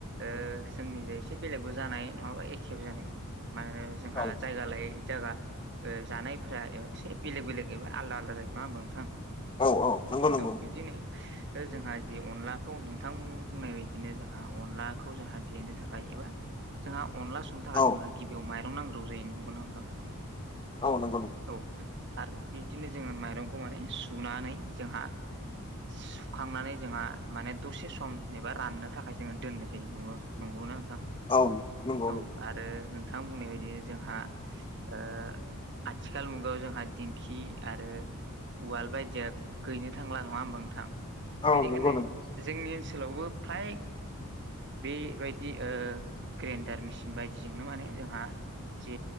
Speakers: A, on the right (about 50°); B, on the left (about 25°).
A: ओ जोंनिजों एसे बेलेगबो जानाय नङाबा एखे जानाय मानोना जोंहा
B: औ
A: जायगा लायै जायगा ओ जानायफोरा एसे बेलेग बेलेग एबा आलदा आलदा जायो नङा होमबा नोंथां
B: औ औ नंगौ नंगौ
A: औ बिबदिनो जोंहा जि अनलाखौ नोंथां बुंनाय बादिनो जोंहा अनलाखौ जोंहा देनो थाखाय एबा जोंहा अनला संनो थाखाय
B: औ
A: जोंहा गिबियाव माइरं नांग्रोग्रौ जायो नंगौना नोंथां
B: औ नंगौ
A: औ आरो बिदिनो जोङो माइरंखौ माने सुनानै जोंहा सुखांनानै जोंहा माने दसे सम एबा राननो थाखाय जोङो दोननाय जायो नंगौ नंगौना नोंथां
B: औ नंगौ
A: औ
B: नंगौ
A: आरो नोंथां बुंनाय बायदि जोंहा ओ आथिखाल मुगायाव जोंहा दिंखि आरो उवाल बायदिया गैनो थांला नङा होमबा नोंथां
B: औ
A: बेनिखायनो
B: नंगौ नंगौ
A: जोंनि ओनसोलावबो फ्राय बेबायदि ओ ग्रेन्डार मेसिन बायदिजोंनो माने जोंहा जे